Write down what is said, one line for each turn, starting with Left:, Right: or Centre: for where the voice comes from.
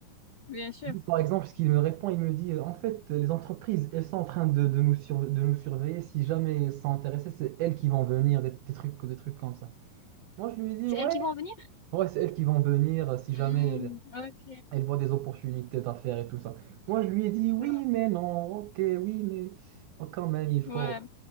Left: Bien sûr.
Right: Lui, par exemple, ce qu'il me répond, il me dit, en fait, les entreprises, elles sont en train de, de nous, sur- de nous surveiller. Si jamais elles sont intéressées, c'est elles qui vont venir, des, des trucs, des trucs comme ça. Moi, je lui dis,
Left: C'est
Right: ouais,
Left: elles qui vont venir?
Right: ouais, c'est elles qui vont venir si
Left: Hmm,
Right: jamais...
Left: ok.
Right: Elle voit des opportunités d'affaires et tout ça. Moi, je lui ai dit, oui,
Left: Ouais.
Right: mais non, ok, oui, mais oh, quand même, il faut...
Left: Ouais.